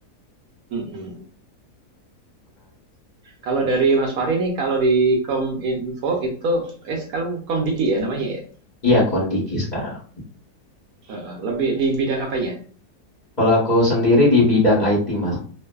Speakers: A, on the right; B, on the left.
A: Mm-mm.
B: Iya, menarik sih.
A: Kalau dari Mas Fahri nih, kalau di Kominfo itu, eh kalau Komdiki ya namanya ya,
B: Iya kondisi sekarang.
A: Heeh. lebih di bidang apanya?
B: Kalau aku sendiri di bidang IT mas,